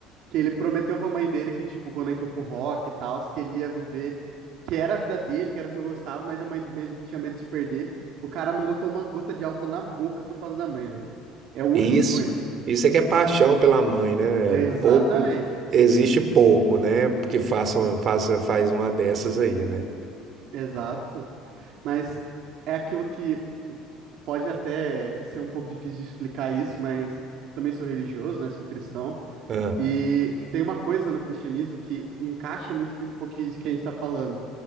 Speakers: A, on the right; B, on the right.
A: que ele prometeu pra mãe dele que, tipo, quando entrou pro rock e tal, que ele ia viver, que era a vida dele, que era o que eu gostava, mas a mãe dele tinha medo de se perder. O cara não botou uma gota de álcool na boca por causa da mãe, velho. É o único
B: Isso,
A: que eu conheço.
B: isso é que é paixão pela mãe, né, velho?
A: Exatamente,
B: Pouco, existe pouco, né? Porque façam, faça, faz uma dessas aí, né?
A: exato. Mas é aquilo que pode até ser um pouco difícil de explicar isso, mas também sou religioso, né? Sou cristão.
B: Ah,
A: E tem uma coisa no cristianismo que encaixa muito com um pouquinho de que a gente está falando,